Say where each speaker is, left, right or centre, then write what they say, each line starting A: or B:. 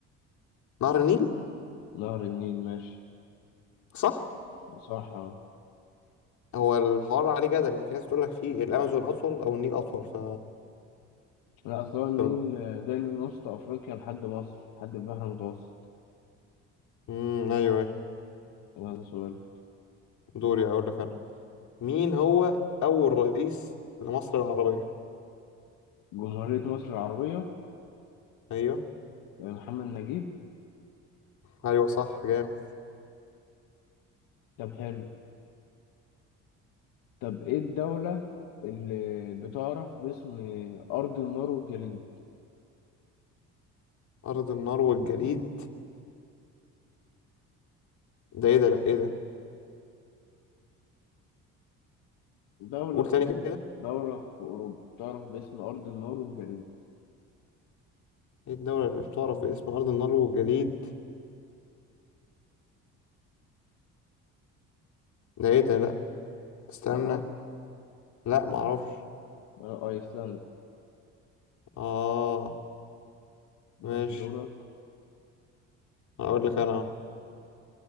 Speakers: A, on the left; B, on the left.
A: نهر النيل
B: نهر النيل ماشي
A: صح
B: صح آه.
A: هو الحوار عليه جدل يعني في ناس بتقول لك في الأمازون أطول أو النيل أطول ف
B: لا اصلا النيل
A: ف-
B: آه، جاي من وسط افريقيا لحد مصر لحد البحر المتوسط
A: مم أيوه أيوه
B: يلا سؤال
A: دوري أقول لك أنا مين هو أول رئيس لمصر العربية
B: جمهورية مصر العربية
A: أيوه
B: آه، محمد نجيب
A: أيوه صح جامد
B: طب حلو طب ايه الدولة اللي بتعرف باسم أرض النار والجليد
A: أرض النار والجليد ده إيه ده لأ إيه ده
B: دولة
A: قول
B: في
A: تاني
B: أوروبا
A: كده
B: دولة في أوروبا تعرف باسم أرض النار والجليد
A: ايه الدولة اللي بتعرف باسم أرض النار والجليد ده ايه ده لأ استنى
B: تعرف
A: لأ معرفش
B: آه، أيسلندا
A: اه
B: ماشي
A: ماشي
B: دورك
A: هقول لك أنا أهو.